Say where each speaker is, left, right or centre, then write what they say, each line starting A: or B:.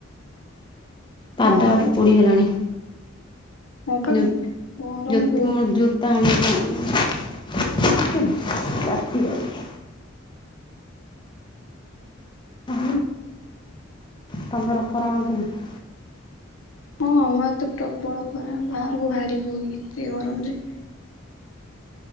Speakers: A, on the left (about 25°); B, on the left (about 85°).
A: ପାଦ
B: ଆଉ
A: ଆଡେ ପୋଡିଗଲାଣି
B: ହଁ ପା
A: ଜୋ
B: ଗରମ
A: ଜୋ
B: ବହୁତ।
A: ମୋ ଜୋ ତା ଆଣିବା ପାଇଁ <unintelligible> ତାତି ଯାଉଛି। ତା ତମର ଖରା ହେଊଛି ନା?
B: ହଁ ଆମେ ଏ ତ ପ୍ରବଳ ଖରା ବାହାରକୁ ବାହାରି ହଉନି ଏତେ ଗରମ ଯେ